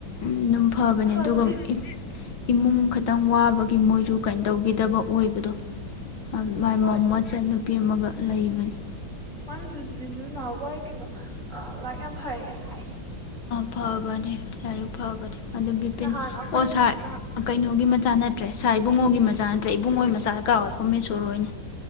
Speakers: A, on the left (about 80°); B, on the right (about 40°).
A: ꯎ ꯑꯗꯨꯝ ꯐꯕꯅꯦ
B: ꯐꯕꯨꯗꯤ
A: ꯑꯗꯨꯒ ꯏꯃꯨꯡ ꯈꯛꯇꯪ ꯋꯥꯕꯒꯤ ꯃꯣꯏꯁꯨ ꯀꯩꯗꯧꯒꯤꯗꯕ ꯑꯣꯏꯕꯗꯣ ꯃꯥꯏ
B: ꯍꯣꯏ
A: ꯃꯥ ꯃꯥꯆꯟꯅꯨꯄꯤ ꯑꯃꯒ ꯂꯩꯕꯅꯤ
B: ꯃꯥꯏ ꯃꯆꯟꯅꯨꯄꯤꯗꯨꯖꯨ ꯅꯍꯥꯟꯋꯥꯏ ꯀꯩꯅꯣ ꯑ ꯂꯥꯏꯛ ꯌꯥꯝ ꯐꯩ ꯍꯥꯏ
A: ꯐꯥꯕꯅꯦ ꯂꯥꯏꯔꯤꯛꯄꯨ ꯐꯕꯅꯦ ꯑꯗꯨ ꯕꯤꯄꯤꯟ
B: ꯅꯍꯥꯟ ꯑꯩꯈꯣꯏ
A: ꯑꯣ
B: ꯁꯤ
A: ꯁꯥꯥꯔ
B: ꯅꯍꯥꯟ
A: ꯀꯩꯅꯣꯒꯤ ꯃꯆꯥꯥꯅꯠꯇ꯭ꯔꯦ ꯁꯥ ꯏꯕꯨꯡꯉꯣꯒꯤ ꯃꯆꯥ ꯅꯠꯇ꯭ꯔꯦ ꯏꯕꯨꯡꯉꯣꯏ ꯃꯆꯥꯗ ꯀꯥꯎꯋꯦ ꯍꯣꯃꯦꯁꯣꯔ ꯍꯣꯏꯅꯦ